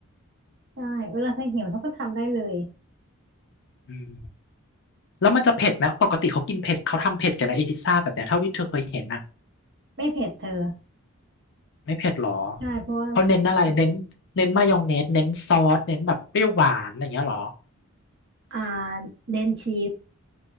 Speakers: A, on the right; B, on the left.
A: ใช่เวลาเธอหิวเธอก็ทำได้เลย
B: อืมแล้วมันจะเผ็ดไหมปกติเขากินเผ็ดเขาทำเผ็ดกันไหมไอพิซซ่าแบบเนี้ยเท่าที่เธอเคยเห็นน่ะ
A: ไม่เผ็ดเธอ
B: ไม่เผ็ดหรอ
A: ใช่เพราะว่า
B: เขาเน้นอะไรเน้นเน้นมายองเนสเน้นซอสเน้นแบบเปรี้ยวหวานอะไรอย่างเงี้ยหรอ
A: อ่าเน้นชีส